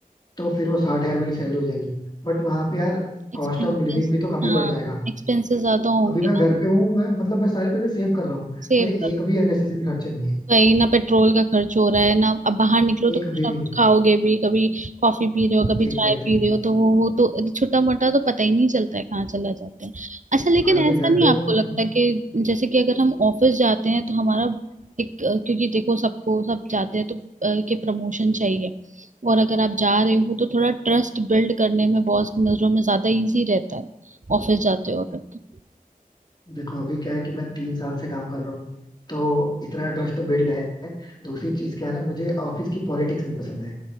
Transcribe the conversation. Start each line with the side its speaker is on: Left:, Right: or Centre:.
Left: तो फिर वो साठ हजार मेरी सैलरी हो जाएगी बट वहाँ पे यार
Right: एक्सपेंसेस
Left: कॉस्ट ऑफ लिविंग भी तो काफी
Right: हाँ
Left: बढ़ जाएगा
Right: एक्सपेंसेस ज्यादा होंगे
Left: अभी मैं
Right: ना
Left: घर पे हूँ मैं मतलब मैं सारे पैसे सेव कर रहा हूँ
Right: सेव
Left: मेरे एक भी अननेसेसरी खर्चे नहीं है
Right: वही ना पेट्रोल का खर्च हो रहा है ना अब बाहर निकलो तो
Left: एक
Right: कुछ
Left: भी
Right: ना
Left: नहीं
Right: कुछ खाओगे भी कभी कॉफी पी रहे हो कभी
Left: Exactly
Right: चाय पी
Left: exactly.
Right: रहे हो तो वो वो तो छोटा मोटा तो पता ही नहीं चलता है कहाँ चला जाता है अच्छा लेकिन
Left: और अभी
Right: ऐसा
Left: घर
Right: नहीं
Left: पे
Right: आपको
Left: हूँ तो
Right: लगता
Left: मैं-
Right: कि जैसे कि अगर हम ऑफिस जाते हैं तो हमारा एक अ, क्योंकि देखो सबको सब जाते हैं तो अ, के प्रमोशन चाहिए और अगर आप जा रहे हो तो थोड़ा ट्रस्ट बिल्ड करने में बॉस की नजरों में ज्यादा इजी रहता है ऑफिस जाते हो अगर तो
Left: देखो अभी क्या है कि मैं तीन साल से काम कर रहा हूँ तो इतना ट्रस्ट तो बिल्ड है दूसरी चीज क्या है ना मुझे ऑफिस की पॉलिटिक्स नहीं पसंद है